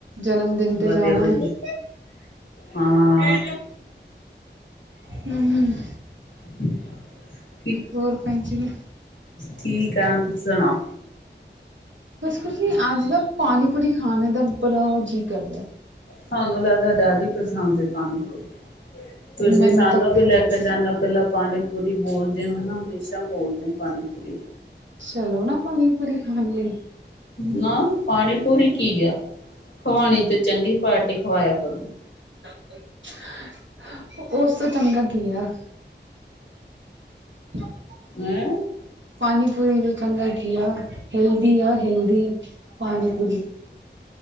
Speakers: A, on the right (about 85°); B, on the left (about 75°).
A: ਜਨਮਦਿਨ ਤੇ
B: ਵਧੀਆ
A: ਜਾਣਾ
B: ਵਧੀਆ ਹਾਂ
A: ਐ ਹੂੰ।
B: <inaudible>
A: ਹੋਰ ਭੈਣਜੀ।
B: ਠੀਕ ਆ, ਤੁਸੀਂ ਸੁਣਾਓ?
A: ਬਸ ਕੁਛ ਨੀ, ਅੱਜ ਦਾ ਪਾਨੀ-ਪੂਰੀ ਖਾਨੇ ਦਾ ਬੜਾ ਜੀ ਕਰਦਾ,
B: ਤੁਹਾਨੂੰ ਲੱਗਦਾ ਜ਼ਿਆਦ ਹੀ ਪਸੰਦ ਐ ਤੁਹਾਨੂੰ ਤੇ ਤੁਸੀਂ
A: ਮੈਨੂੰ
B: ਸਾਨੂੰ
A: ਤਾਂ
B: ਵੀ
A: ਬਹੁਤ
B: ਲੈ ਕੇ ਜਾਂਦੇ ਹੋ ਇਕੱਲਾ, ਪਾਨੀ ਪੂਰੀ ਬੋਲਦੇ ਹੋ ਹਨਾ ਹਮੇਸ਼ਾ ਬੋਲਦੇ ਹੋ ਪਾਨੀ ਪੂਰੀ
A: ਚਲੋ ਨਾ ਪਾਣੀ ਪੂਰੀ ਖਾਣ ਐ
B: ਨਾ ਪਾਣੀ ਪੂਰੀ ਕੀ ਆ ਖਵਾਣੀ ਤੇ ਚੰਗੀ ਪਾਰਟੀ ਖਵਾਇਆ ਕਰੋ,
A: <unintelligible> ਉਸ ਤੋਂ ਚੰਗਾ ਕੀ ਆ, <unintelligible>
B: ਹੈਂ,
A: ਪਾਣੀ ਪੂਰੀ ਚੰਗਾ ਜੀ ਆ ਹੈਲਦੀ ਆ ਹੈਲਦੀ ਪਾਣੀ ਪੂਰੀ